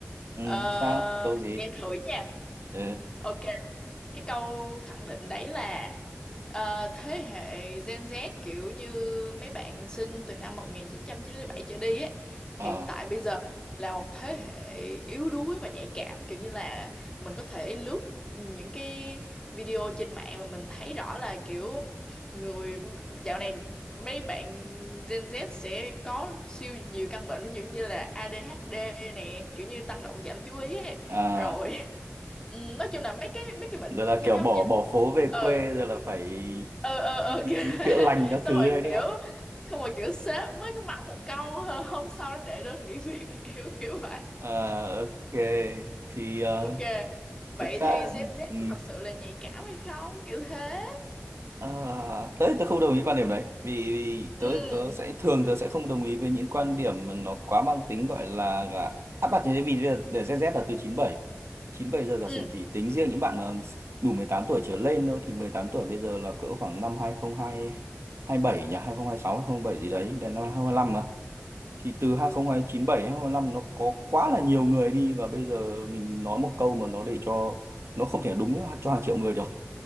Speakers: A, on the right; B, on the left.
A: Ừ,
B: Ờ,
A: sao? Câu gì?
B: nghe thử nha.
A: Ừ.
B: Ok, cái câu khẳng định đấy là ờ, thế hệ Gen Z kiểu như mấy bạn sinh từ năm 1997 trở đi ấy, hiện
A: Ờ.
B: tại bây giờ là một thế hệ yếu đuối và nhạy cảm kiểu như là mình có thể lướt những cái video trên mạng mà mình thấy rõ là kiểu người dạo này mấy bạn Gen Z sẽ có siêu nhiều căn bệnh ví dụ như là ADHD nè kiểu như tăng động giảm chú ý ấy.
A: À,
B: rồi Ừ, nói chung là mấy cái mấy cái bệnh
A: rồi là
B: giống
A: kiểu
B: giống
A: bỏ
B: như thế.
A: bỏ phố về
B: ừ
A: quê rồi là phải
B: ừ ừ
A: đi
B: ừ
A: đi
B: kiểu thế.
A: chữa
B: <laughs>
A: lành các
B: xong
A: thứ
B: rồi
A: đấy đúng
B: kiểu
A: không?
B: xong rồi kiểu sếp mới có mắng một câu "Hơ, hôm sau nó để đơn nghỉ việc <laughs> kiểu kiểu vậy
A: À, ok. Thì ờ,
B: ok vậy
A: thực ra
B: thì Gen Z
A: ừ.
B: có thật sự là nhạy cảm hay không kiểu thế
A: À, tớ tớ không đồng ý quan điểm đấy vì, vì tớ
B: ừ
A: tớ sẽ thường tớ sẽ không đồng ý với những quan điểm mà nó quá mang tính gọi là là áp đặt như thế vì bây giờ để Gen Z là từ chín bảy chín bảy giờ giả
B: ừ
A: sử thì tính riêng những bạn mà đủ 18 tuổi trở lên thôi thì 18 tuổi bây giờ là cỡ khoảng năm hai không hai hai bảy nhỉ 2026 bảy gì đấy đến năm hai không hai lăm mà thì từ hai không hai chín bảy đến hai không hai lăm nó có quá là nhiều người đi và bây giờ mình nói một câu mà nó để cho nó không thể đúng cho hàng triệu người được